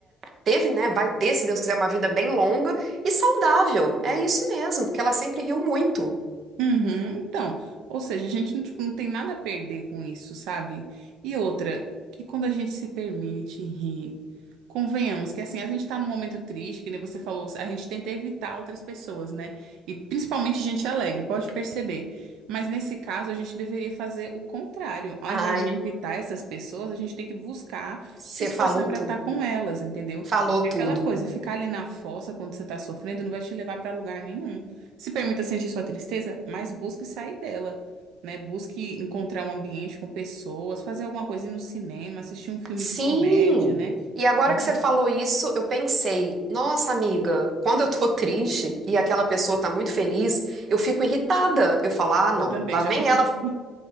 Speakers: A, on the right (about 45°); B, on the right (about 85°).
A: teve, né? Vai ter, se Deus quiser, uma vida bem longa e saudável. É isso mesmo, porque ela sempre riu muito.
B: Uhum, então, ou seja, a gente não, tipo, não tem nada a perder com isso, sabe? E outra, que quando a gente se permite rir, convenhamos que assim, a gente tá num momento triste, que nem você falou, a gente tenta evitar outras pessoas, né? E principalmente gente alegre, pode perceber. Mas nesse caso, a gente deveria fazer o contrário. Ao
A: Ai,
B: invés de evitar essas pessoas, a gente tem que buscar
A: você
B: se esforçar
A: falou
B: pra
A: tudo.
B: estar com elas, entendeu?
A: Falou tudo.
B: É aquela coisa, ficar ali na fossa quando você tá sofrendo não vai te levar pra lugar nenhum. Se permita sentir sua tristeza, mas busque sair dela, né? Busque encontrar um ambiente com pessoas, fazer alguma coisa, ir no cinema, assistir um filme
A: Sim!
B: de comédia, né?
A: E agora
B: Ih,
A: que você falou isso, eu pensei, nossa amiga, quando eu tô <laughs> triste e aquela pessoa tá muito feliz, eu fico irritada. Eu falo, ah, não,
B: Eu também
A: lá
B: já
A: vem
B: fiquei.
A: ela
B: <laughs>